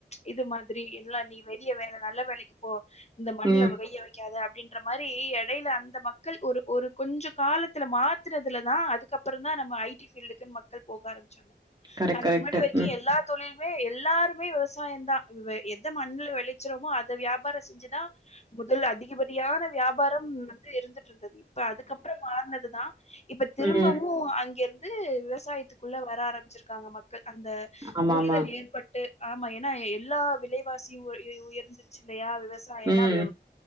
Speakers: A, on the left; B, on the right.
A: இது மாதிரி இல்லா நீ வெளிய வேல நல்ல வேலைக்கு போ இந்த மண்ல
B: ம்.
A: வ கைய வய் க்காத அப்டின்ற மாரி எடையில அந்த மக்கள் ஒரு ஒரு கொஞ்ச காலத்துல மாத்துறதுல தா அதுக்கப் ப்றம் தா நம்ம ஐ டி ஃபீல்டுக்கு மக்கள் போக ஆரம்பிச்சாங்க
B: கரெக்ட்,
A: அதுக்கு
B: கரெக்ட்.
A: முன்னாடி வரைக்கு
B: ம்.
A: எல்லா தொழில் மே எல்லாருமே விவசாயந்தா வ்வ எத மண்ணு வெளச்சறோமோ அத வியா பார செஞ்சுதா முதல்ல அதிகபட்சமா சரியான வியாபாரம் வந்து இருந்துட்டு இருந்தது இப்ப அதுக்கப்புற மாறனதுதா இப்ப திரும்பவு
B: ம்.
A: அங்கிருந்து இது விவசாயத்துக்குள்ள வர ஆரம்பிச்சிருக்காங்க மக்கள் அந்த
B: ஆமாமா.
A: புரிதல் ஏற்பட் டு ஆமா ஏன்னா எல்லா விலைவாசியு யு எ உயர்ந்துருச்சு இல்லையா விவசாயனா
B: ம்.
A: வ்